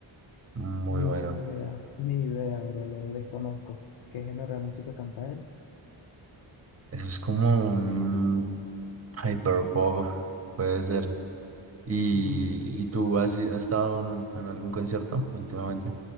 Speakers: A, on the right; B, on the left.
A: Muy
B: Ni
A: bueno.
B: idea, ni idea, bro, lo desconozco. ¿Qué género de música canta él?
A: Eso es como un Hyperpop, puede ser. ¿Y,
B: Mm.
A: y tú has, has estado en, un- en algún concierto últimamente?